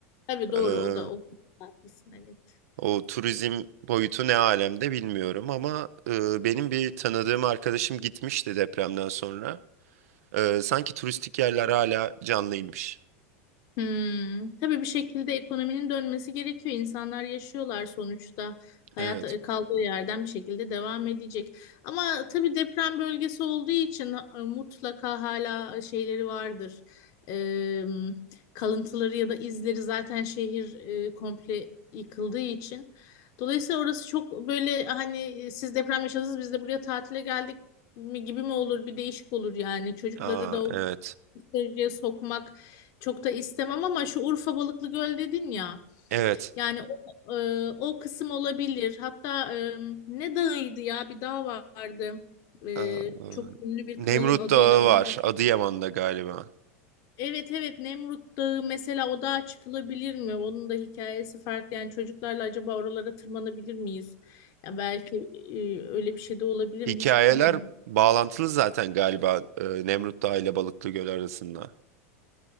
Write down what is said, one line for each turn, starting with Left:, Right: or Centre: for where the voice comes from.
Left: Tabii doğru
Right: Eee,
Left: o da o konuda haklısın evet.
Right: o turizm boyutu ne alemde bilmiyorum ama eee, benim bir tanıdığım arkadaşım gitmişti depremden sonra. Eee, sanki turistik yerler hala canlıymış.
Left: Hmm, tabii bir şekilde ekonominin dönmesi gerekiyor. İnsanlar yaşıyorlar sonuçta. Hayat
Right: Evet.
Left: e, kaldığı yerden bir şekilde devam edecek. Ama tabii deprem bölgesi olduğu için e, mutlaka hala e, şeyleri vardır. E, kalıntıları ya da izleri zaten şehir e, komple yıkıldığı için. Dolayısıyla orası çok böyle hani e, siz deprem yaşadınız biz de buraya tatile geldik mi gibi mi olur bir değişik olur yani çocukları
Right: Aa,
Left: da o
Right: evet.
Left: seyirciye sokmak çok da istemem ama şu Urfa Balıklı Göl dedin ya
Right: Evet.
Left: yani o, e, o kısım olabilir hatta e, ne dağıydı ya bir dağ vardı E,
Right: Eee,
Left: çok ünlü bir
Right: Nemrut
Left: kralın adıyla
Right: Dağı
Left: anılır.
Right: var Adıyaman'da galiba.
Left: Evet evet Nemrut Dağı mesela o dağa çıkılabilir mi? Onun da hikayesi farklı yani çocuklarla acaba oralara tırmanabilir miyiz? Ya belki e, öyle bir şey de olabilir
Right: Hikayeler
Left: mi? Hiç bilmiyorum.
Right: bağlantılı zaten galiba e, Nemrut Dağı ile Balıklıgöl arasında.